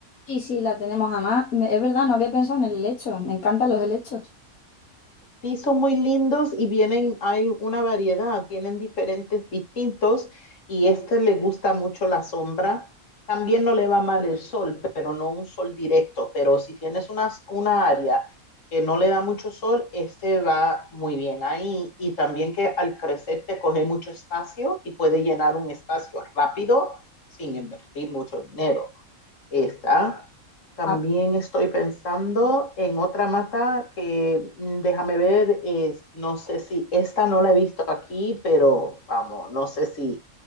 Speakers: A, on the left; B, on the left.
A: sí, sí, la tenemos además. me- Es verdad, no había pensado en el helecho. Me encantan los helechos.
B: Sí, son muy lindos y vienen, hay una variedad, tienen diferentes distintos y este le gusta mucho la sombra. También no le va mal el sol, pero no un sol directo. Pero si tienes una, una área que no le da mucho sol, este va muy bien ahí. Y también que al crecer te coge mucho espacio y puede llenar un espacio rápido sin invertir mucho dinero. Esta. También
A: Ah,
B: estoy pensando en otra mata que mm, déjame ver, es- no sé si esta no la he visto aquí, pero vamos, no sé si